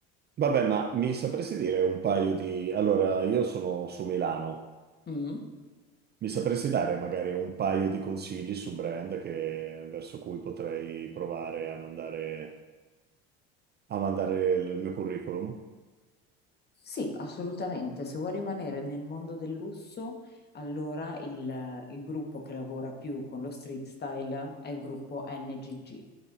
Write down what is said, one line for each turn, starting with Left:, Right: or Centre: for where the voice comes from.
Right: Vabbè, ma mi sapresti dire un paio di... Allora, io sono su Milano.
Left: Mm.
Right: Mi sapresti dare magari un paio di consigli su brand che- verso cui potrei provare a mandare, a mandare il mio curriculum?
Left: Sì, assolutamente. Se vuoi rimanere nel mondo del lusso, allora il, il gruppo che lavora più con lo street style è il gruppo NGG.